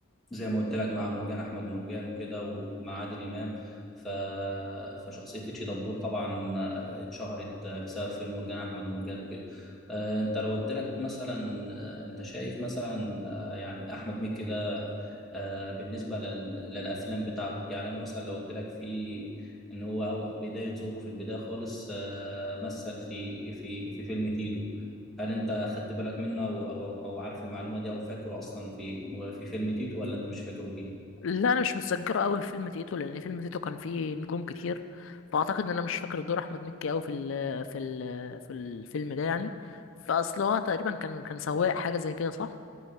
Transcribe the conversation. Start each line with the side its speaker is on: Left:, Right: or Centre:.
Centre: زي ما قلت لك مع مرجان أحمد مرجان وكده ومع عادل إمام ف... فشخصية تيتشي دبور طبعا آه، اتشهرت آه، بسبب فيلم مرجان أحمد مرجان وكده آه، أنت لو قلت لك مثلا آه، أنت شايف مثلا آه، يعني أحمد مكي ده آه، بالنسبة لل... للأفلام بتاعته يعني أنا مثلا لو قلت لك في إن هو هو بداية ظهوره في البداية خالص آه، مثل في في في فيلم تيتو هل أنت خدت بالك منه أو أو أو عارف المعلومة دي أو فاكره أصلا في في فيلم تيتو ولا أنت مش فاكره فيه؟
Left: لا انا مش متذكره قوي في فيلم تيتو لان فيلم تيتو كان فيه نجوم كتير فاعتقد ان انا مش فاكر دور احمد مكي قوي في ال في ال في الفيلم ده يعني فاصل هو تقريبا كان كان سواق حاجه زي كده صح